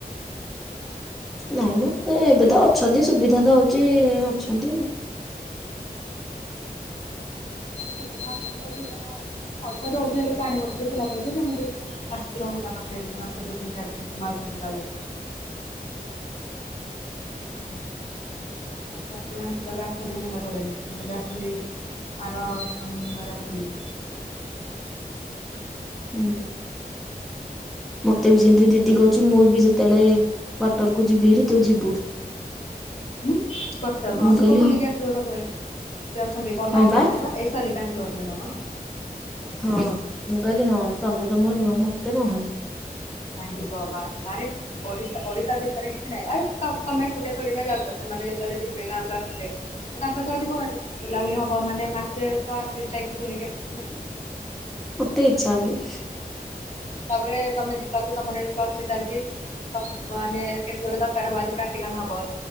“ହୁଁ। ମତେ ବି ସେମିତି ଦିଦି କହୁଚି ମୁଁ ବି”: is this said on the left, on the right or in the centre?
Centre